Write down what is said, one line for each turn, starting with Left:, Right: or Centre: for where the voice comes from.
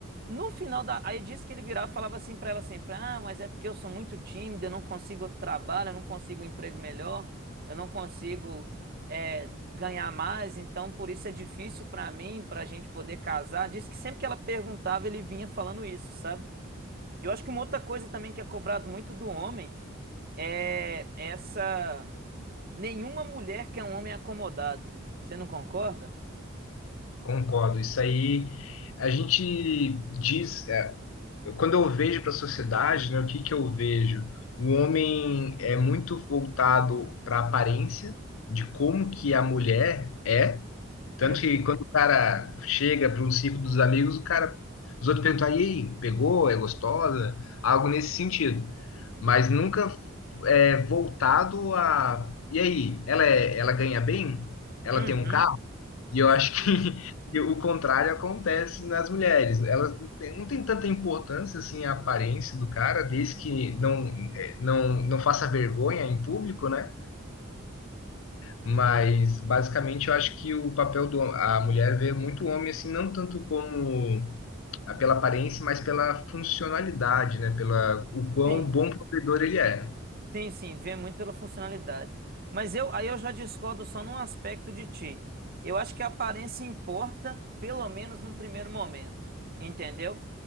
Right: No final da. Aí disse que ele virava e falava assim pra ela sempre: Ah, mas é porque eu sou muito tímido, eu não consigo outro trabalho, eu não consigo um emprego melhor, eu não consigo é, ganhar mais, então por isso é difícil pra mim, pra gente poder casar. Disse que sempre que ela perguntava, ele vinha falando isso, sabe? Eu acho que uma outra coisa também que é cobrado muito do homem é essa. Nenhuma mulher quer um homem acomodado. Você não concorda?
Left: concordo. Isso aí a gente diz, é, eu- quando eu vejo para a sociedade, né, o que que eu vejo? O homem é muito voltado para a aparência de como que a mulher é Tanto
Right: Hum,
Left: que quando o cara chega para um ciclo dos amigos, o cara, os outros perguntam, "Ah, e aí, pegou? É gostosa? Algo nesse sentido. Mas nunca é voltado a. E aí, ela, é, ela ganha bem? Ela
Right: Uhum.
Left: tem um carro? E eu acho
Right: Sim,
Left: que <laughs> o contrário acontece nas mulheres. Elas não têm não têm tanta importância assim a aparência do cara, desde que não, eh, não, não faça vergonha em público, né? Mas basicamente eu acho que o papel do a mulher vê muito o homem assim não tanto como ah, pela aparência, mas pela funcionalidade, né? Pela o quão
Right: sim,
Left: bom provedor ele é.
Right: sim, sim, vê muito pela funcionalidade. Mas eu, aí eu já discordo só num aspecto de ti. Eu acho que a aparência importa, pelo menos num primeiro momento, entendeu?